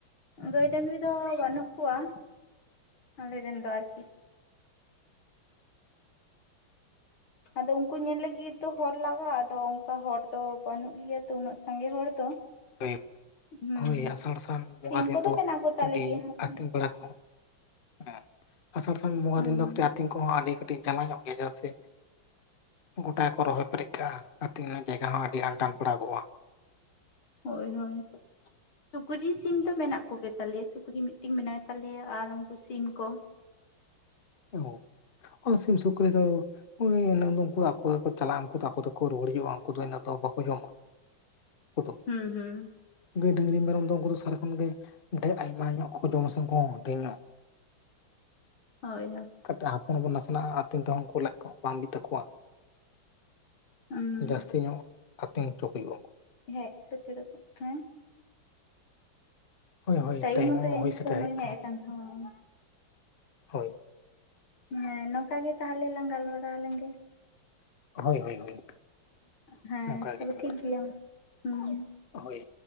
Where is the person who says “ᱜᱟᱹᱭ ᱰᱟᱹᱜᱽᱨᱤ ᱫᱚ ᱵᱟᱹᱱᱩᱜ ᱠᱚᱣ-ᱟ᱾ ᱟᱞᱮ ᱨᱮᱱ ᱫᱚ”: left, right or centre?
Left